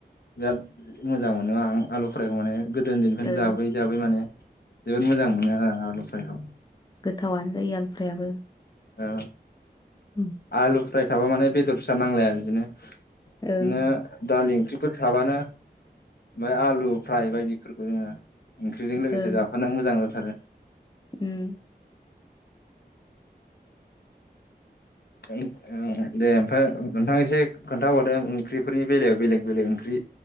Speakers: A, on the left; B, on the left.
A: बिराद मोजां मोनो आं आलु फरायाइखौ माने गोदो उन्दैनिफ्रायनो
B: ओ
A: जाबै जाबै माने जोबोद मोजां मोनो आं आलुफ्रायखौ
B: गोथावनो जायो आलुफ्रायाबो
A: ओ
B: ओं
A: आलु फ्राय थाबा माने बेदर फिसा नांलाया बिदिनो बिदिनो
B: ओं
A: दालि ओंख्रिफोर थाबानो ओमफ्राय आलु फ्राय बायदिफोरखौ जोङो ओंख्रिजों लोगोसे
B: ओं
A: जाफानो मोजां जाथारो
B: उम
A: ओं ओं दे ओमफ्राय नोंथां एसे खोन्थाबावदो ओंख्रिफोरनि बेलायाव बेलेग बेलेग ओंख्रि